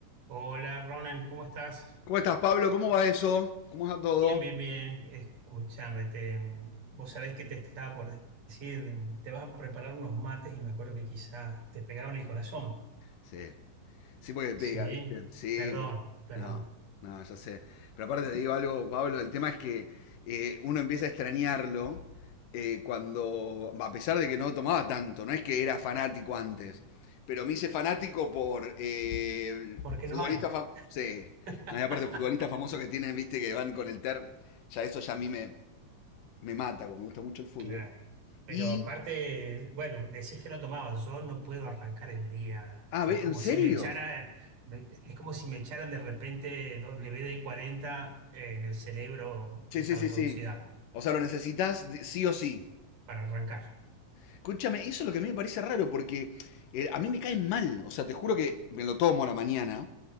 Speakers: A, on the right; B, on the left.
A: Hola Ronan, ¿cómo estás?
B: ¿Cómo estás, Pablo? ¿Cómo va eso? ¿Cómo va todo?
A: Bien, bien, bien. Escúchame, te- vos sabés que te estaba por decir, te vas a preparar unos mates y me acuerdo que quizás te pegaban el corazón.
B: Sí, sí, porque pega,
A: Sí,
B: ¿viste? Sí,
A: perdón,
B: por-
A: perdón,
B: no, no, ya sé. Pero aparte te digo algo, Pablo, el tema es que eh, uno empieza a extrañarlo eh, cuando, a pesar de que no tomaba tanto, no es que era fanático antes, pero me hice fanático por eh, el
A: porque no
B: futbolista,
A: hay.
B: fam- sí,
A: <laughs>
B: no, y aparte futbolistas famosos que tienen, ¿viste? Que van con el ter, ya eso ya a mí me, me mata, porque me gusta mucho el fútbol.
A: Claro. Pero
B: Y,
A: aparte, bueno, decís que no tomabas, yo no puedo arrancar el día.
B: ah,
A: Es
B: ve,
A: como
B: ¿en serio?
A: si me echaran, me- es como si me echaran de repente wd cuarenta en el cerebro
B: Sí,
A: que estaba
B: sí, sí,
A: todo
B: sí.
A: oxidado.
B: O sea, lo necesitas de- sí o
A: s-
B: sí.
A: para arrancar.
B: Escúchame, eso es lo que a mí me parece raro porque eh, a mí me caen mal. O sea, te juro que me lo tomo a la mañana